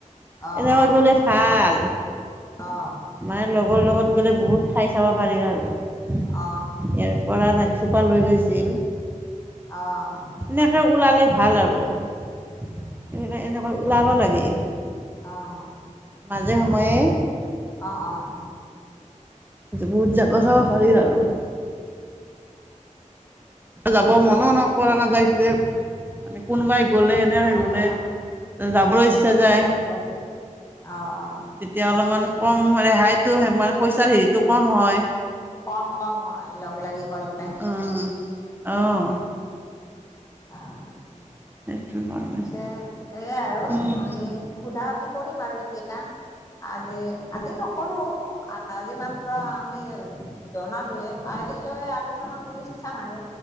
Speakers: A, on the left (about 25°); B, on the right (about 15°).
A: অ
B: এনেকৈ
A: অ অ
B: গ'লে ভাল।
A: অ অ
B: মায়ে লগৰ লগত গ'লে বহুত ঠাই চাব পাৰি আৰু। ইয়াৰ
A: অ অ
B: পৰা নাইট চোপাৰ লৈ গৈছিল।
A: অ
B: এনেকে ওলালে ভাল আৰু এইবিলাক এনেকৈ ওলাব লাগে
A: অঁ
B: মাজে সময়ে
A: অ অ অ
B: বহুত জাগা চাব পাৰি আৰু যাব মনো ন কৰা নাযায় যে কোনোবাই গলে এনে
A: অ'
B: গলে
A: নহয়
B: যাবলৈ ইচ্ছা যায়
A: অ লগ অ অ অ
B: তেতিয়া অলপমান কম ৰেহাইতটো মানে পইচাৰ হেৰিটো কম হয়
A: কম কম হয় লগ লাগি গলে
B: অঁ অঁ
A: আহ
B: সেইটো কাৰণে
A: পিছে এইয়াই আৰু
B: অঁ
A: আমি সোধা সুধি কৰিম আৰু এতিয়া আজি আজি নকৰো আজি মাত আমি জনালোয়ে কালিলৈ আলোচনা কৰি চাম আৰু